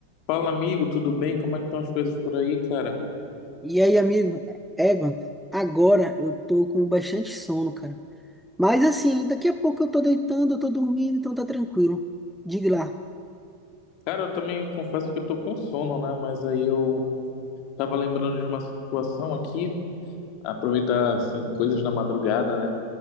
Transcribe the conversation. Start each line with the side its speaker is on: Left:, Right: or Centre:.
Left: Fala, amigo, tudo bem? Como é que estão as coisas por aí, cara?
Centre: E aí, amigo, Evan, agora eu tô com bastante sono, cara. Mas assim, daqui a pouco eu tô deitando, eu tô dormindo, então tá tranquilo. Diga lá.
Left: Cara, eu também confesso que eu tô com sono, né? Mas aí eu tava lembrando de uma situação aqui, aproveitar, assim, coisas da madrugada, né?